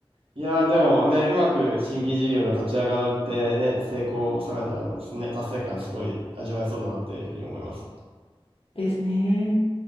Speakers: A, on the right; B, on the left.
A: いやー、でもね、うまく新規事業が立ち上がってね、成功を収めたらですね、達成感すごい味わえそうだなっていうふうに思います。
B: ですね。